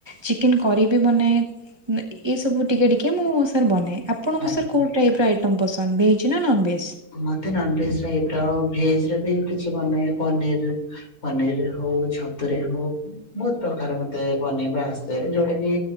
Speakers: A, on the right; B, on the left.
A: ଚିକେନେ୍ କରି ବି ବନାଏ। ଏଇ ସବୁ ଟିକେ ଟିକେ ମୁଁ ସାର୍ ବନାଏ ଆପଣଙ୍କୁ
B: ଆଜ୍ଞା
A: ସାର୍ କୋଉ ଟାଇପ ର ଆଇଟମ୍ ପସନ୍ଦ ଭେଜ ନା ନନ ଭେଜ।
B: ମତେ ନନଭେଜେ୍ ଟାଇପିର ଭେଜରେ ବି କିଛି ବନାଏ ପନିରିରେ। ପନିରିରେ ହଉ ଛତୁରେ ହଉ। ବହୁତ ପ୍ରକାର ମତେ ବନେଇବା ଆସେ ଯୋଉଟା କି